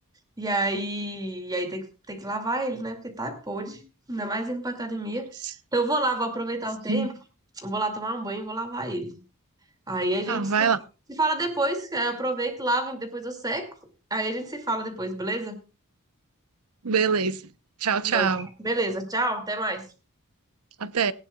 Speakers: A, on the right; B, on the right.
A: E aí, e aí tem que, tem que lavar ele, né? Porque tá podre, ainda mais indo pra academia.
B: Nossa.
A: Então eu vou lá, vou aproveitar
B: Sim.
A: o tempo, vou lá tomar um banho e vou lavar ele. Aí a gente
B: Tá, vai
A: se,
B: lá.
A: se fala depois, eu aproveito, lavo e depois eu seco. Aí a gente se fala depois, beleza?
B: Beleza. Tchau, tchau.
A: Então, beleza, tchau, até mais.
B: Até.